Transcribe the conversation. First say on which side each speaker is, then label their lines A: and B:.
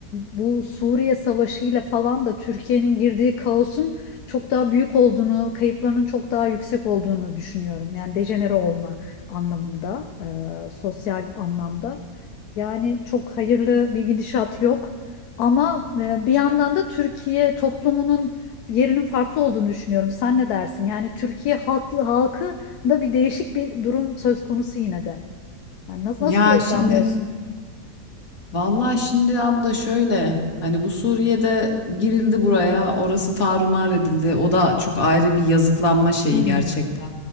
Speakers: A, on the left; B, on the left.
A: bu Suriye Savaşı'yla falan da Türkiye'nin girdiği kaosun çok daha büyük olduğunu, kayıplarının çok daha yüksek olduğunu düşünüyorum. Yani dejenere olma anlamında, e, sosyal anlamda. Yani çok hayırlı bir gidişat yok. Ama e, bir yandan da Türkiye toplumunun yerinin farklı olduğunu düşünüyorum. Sen ne dersin? Yani Türkiye halkı, halkı da bir değişik bir durum söz konusu yine de. Yani nasıl,
B: Ya
A: nasıl gözlemliyorsun?
B: şimdi Vallahi şimdi abla şöyle hani bu Suriye'de girildi buraya orası tarumar edildi o da çok ayrı bir yazıklanma şeyi
A: Hmm.
B: gerçekten.